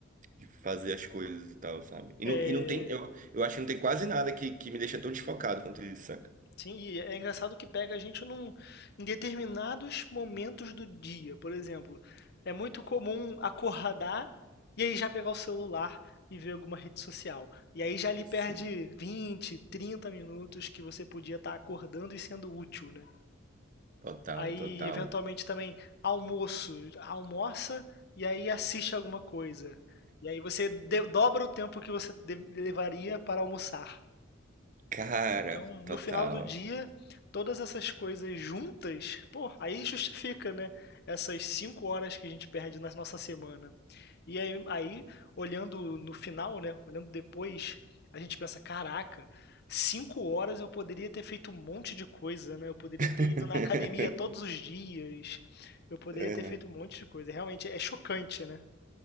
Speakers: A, on the right (about 40°); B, on the left (about 55°).
A: de fazer as coisas e tal, sabe? E
B: É,
A: não, e não tem, eu, eu acho que não tem quase nada que, que me deixa tão desfocado quanto isso, saca?
B: Sim, e é é engraçado que pega a gente num, em determinados momentos do dia. Por exemplo, é muito comum acordar e aí já pegar o celular e ver alguma rede social. E aí já ali perde
A: Sim,
B: 20, 30 minutos que você podia estar acordando e sendo útil, né?
A: total,
B: Aí,
A: total.
B: eventualmente, também almoço. Almoça e aí assiste alguma coisa. E aí você de- dobra o tempo que você de- levaria para almoçar.
A: Cara,
B: Então,
A: total.
B: no final do dia, todas essas coisas juntas, pô, aí justifica, né? Essas cinco horas que a gente perde na nossa semana. E aí, aí, olhando no final, né? Olhando depois, a gente pensa, caraca, cinco horas eu poderia ter feito um monte de coisa, né? Eu poderia
A: <laughs>
B: ter ido na academia todos os dias, eu poderia
A: Uhum,
B: ter feito um monte de coisa. Realmente é chocante, né?